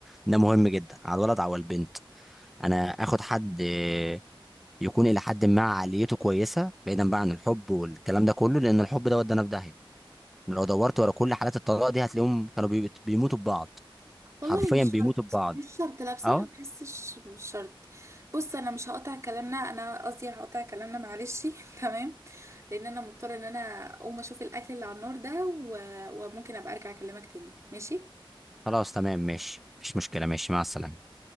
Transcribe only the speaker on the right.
والله
مش
شرط
مش شرط لا بصراحة
ما بحسش مش شرط بص انا مش هقطع كلامنا انا قصدي هقطع كلامنا معلش <laughs> تمام لان انا مضطرة ان انا اقوم اشوف الاكل اللي على النار ده و... وممكن ابقى ارجع اكلمك تاني ماشي